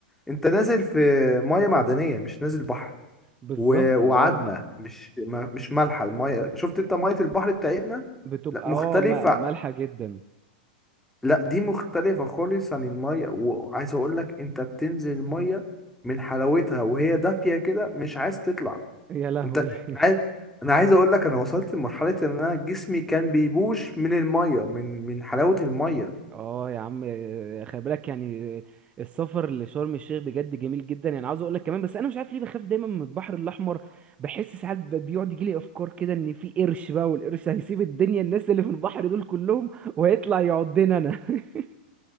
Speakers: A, in the centre; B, on the right.
A: انت نازل في مية معدنية مش نازل بحر
B: بالظبط
A: و... وعدمة
B: اه
A: مش ما... مش مالحة المية شفت انت مية البحر بتاعتنا
B: بتبقى
A: لا مختلفة
B: اه م- مالحة جدا
A: لا دي مختلفة خالص عن المية وعايز اقول لك انت بتنزل المية من حلاوتها وهي دافية كده مش عايز تطلع
B: يا لهوي
A: انت انا
B: <laughs>
A: عايز انا عايز اقول لك انا وصلت لمرحلة ان انا جسمي كان بيبوش من المية من من حلاوة المية
B: اه يا عم خلي بالك يعني السفر لشرم الشيخ بجد جميل جدا يعني عاوز اقول لك كمان بس انا مش عارف ليه بخاف دايما من البحر الاحمر بحس ساعات ب- بيقعد يجي لي افكار كده ان في قرش بقى والقرش هيسيب الدنيا الناس اللي في البحر دول كلهم وهيطلع يعضنا انا <laughs>